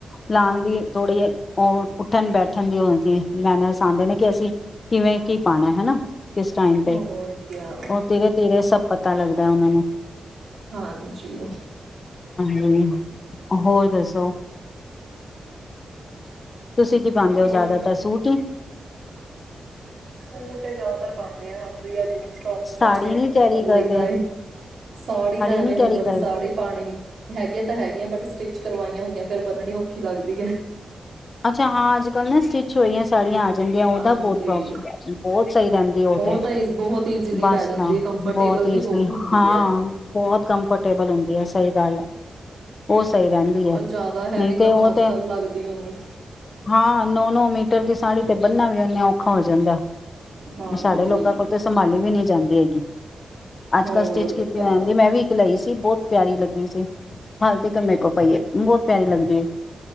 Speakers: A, on the left (about 45°); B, on the right (about 65°).
A: ਲਾਣ ਦੀ ਥੋੜ੍ਹੀ ਏ, ਉਹ ਉੱਠਣ- ਬੈਠਣ ਦੀ ਓ ਹੁੰਦੀ ਏ, ਮੈਨਰਸ ਆਂਦੇ ਨੇ ਕਿ, ਅਸੀਂ ਕਿਵੇਂ ਕੀ ਪਾਉਣਾ ਹਨਾ ਕਿਸ ਟਾਈਮ ਤੇ,
B: ਹੋਰ ਕਿਆ
A: ਉਹ ਧੀਰੇ -ਧੀਰੇ ਸਭ ਪਤਾ ਲੱਗਦਾ ਉਹਨਾਂ ਨੂੰ
B: ਹਾਂ ਜੀ।
A: ਹੂੰ ਹੋਰ, ਦੱਸੋ? ਤੁਸੀਂ ਕੀ ਪਾਉਂਦੇ ਹੋ? ਜ਼ਿਆਦਾਤਰ
B: ਹੋਰ
A: ਸੂਟ ਹੀ
B: ਸੂਟ ਜ਼ਿਆਦਾਤਰ ਪਾਉਂਦੇ ਆ, ਹਾਂ, ਆ ੋਪ
A: ਸਾੜੀ
B: ਵਗੈਰਾ ਫਰ
A: ਨੀ ਕੈਰੀ
B: ਕਰ
A: ਕਰਦੇ
B: ਲਈਦਾ ਸਾੜੀ ਦਾ, ਐਵੇਂ
A: ਨੀ
B: ਹੁੰਦਾ
A: ਕੈਰੀ
B: ਵੀ,
A: ਕਰ
B: ਸਾੜੀ ਪਾਣੀ ਹੈਗੀਆਂ ਤਾਂ, ਹੈਗੀਆਂ ਬਟ ਸਟਿਚ ਕਰਵਾਈਆਂ ਹੋਈਆਂ, ਫੇਿਰ ਬੰਨਣੀ ਔਖੀ ਲੱਗਦੀ ਹੈ।
A: ਅੱਛਾ ਹਾਂ, ਅੱਜ- ਕੱਲ੍ਹ ਨਾ ਸਟਿਚ ਹੋ ਈਆਂ ਸਾੜੀਆਂ ਆ ਜਾਂਦੀਆਂ, ਉਹਦਾ,
B: ਹਾਂਜੀ,
A: ਬਹੁਤ ਪ੍ਰੋਫਿਟ ਬਹੁਤ ਸਹੀ ਰਹਿੰਦੀ ਉਹ ਤੇ,
B: ਤਾਂ ਬਹੁਤ ਈਜ਼ੀਲੀ
A: ਬਸ
B: ਪੈ ਜਾਂਦੀ
A: ਹਾਂ।
B: ਹੈ ਕੰਫਰਟੇਬਲ
A: ਬਹੁਤ ਇਜ਼ਲੀ
B: ਵੀ ਹੁੰਦੀ
A: ਹਾਂ-ਹਾਂ,
B: ਹੈ।
A: ਬਹੁਤ ਕੰਫਰਟੇਬਲ ਹੁੰਦੀ ਐ, ਸਹੀ ਗੱਲ ਐ, ਉਹ ਸਹੀ ਰਹਿੰਦੀ
B: ਔਰ
A: ਐ,
B: ਜ਼ਿਆਦਾ ਹੈਵੀ
A: ਨਹੀਂ ਤੇ,
B: ਤਾਂ ਹੁਣ
A: ਉਹ
B: ਅੱਜ
A: ਤੇ
B: ਕੱਲ੍ਹ ਲੱਗਦੀ ਓ ਨੀ।
A: ਹਾਂ, ਨੋ, ਨੋ, ਮ ਪ ਦੀ ਸਾੜੀ ਤੇ ਬੰਨਨਾ ਵੀ ਏਨਾ ਔਖਾ ਹੋ ਜਾਂਦੈ।
B: ਹਾਂਜੀ,
A: ਸਾਡੇ ਲੋਕਾਂ ਕੋਲ ਤਾਂ, ਸੰਭਾਲੀ ਵੀ ਨਹੀਂ ਜਾਂਦੀ ਹੈਗੀ। ਅੱਜ-ਕੱਲ੍ਹ
B: ਹੋਰ
A: ਸਟਿਚ ਕੀਤੀ
B: ਕਿਆ।
A: ਹੋ ਜਾਂਦੀ, ਮੈਂ ਵੀ ਇੱਕ ਲਈ ਸੀ। ਬਹੁਤ ਪਿਆਰੀ ਲੱਗੀ ਸੀ। ਹਾਲ ਤੇਕ ਮੇਰੇ ਕੋ ਪਈਏ, ਬਹੁਤ ਪਿਆਰੀ ਲੱਗਦੀ।